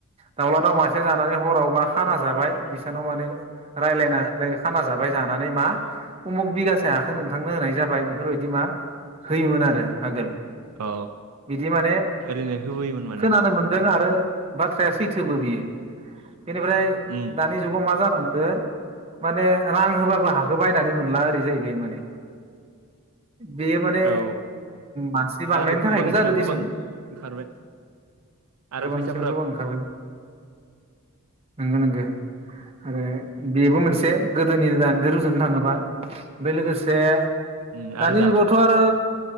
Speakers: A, on the right (about 25°); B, on the right (about 80°).
A: दाउला दाउ मासे जानानै हरावबा खाना जाबाय बिसानाव माने रायलायना खाना जाबाय जानानै मा उमुख बिगासे हाखौ नोंथांनो होनाय जाबाय बेफोरबायदि मा होयोमोन आरो आगोल।
B: औ
A: बिदि माने
B: ओरैनो होबोयोमोन माने
A: खोनानो मोनदों आरो बाथ्राया सैथोबो बियो बेनिफ्राय दा
B: उम
A: दानि जुगाव मा जानो हमदो माने रां होबाबो हाखो बायनानै मोनला ओरै जाहैबाय माने। बेयो माने
B: औ
A: मानसि बांनायनि
B: आरो
A: थाखायबो
B: गोबांनि
A: जादो
B: सायाव
A: दैसुंन।
B: गोबां ओंखारबाय आरो
A: गोबांनि
B: फैसा
A: गोबां ओंखारगोन नंगो नंगो। आरो बेबो मोनसे गोदोनि दानिदो रुजुनो थाङोबा बे लोगोस से
B: उम
A: दानि
B: आरो
A: जुगावथ' आरो